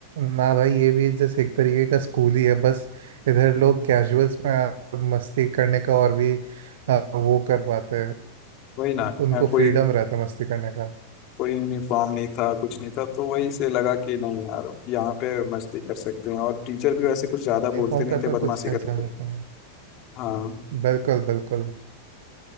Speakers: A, on the right; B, on the left.
A: ना भाई ये भी जैसे एक तरीके का स्कूल ही है बस इधर
B: हम्म,
A: लोग कैजुअल्स में आ- मस्ती करने का और भी आ, वो कर पाते हैं
B: वही ना
A: उनको
B: है कोई
A: फ्रीडम रहता है मस्ती करने का
B: कोई यूनिफॉर्म नहीं था कुछ नहीं था तो वही से लगा कि नहीं यार यहाँ पे मस्ती कर सकते हैं और टीचर भी वैसे कुछ ज्यादा
A: यूनिफॉर्म
B: बोलते नहीं
A: का
B: थे
A: तो
B: बदमाशी
A: कुछ झंझट
B: करते
A: नहीं
B: थे
A: है
B: हाँ
A: बिल्कुल बिल्कुल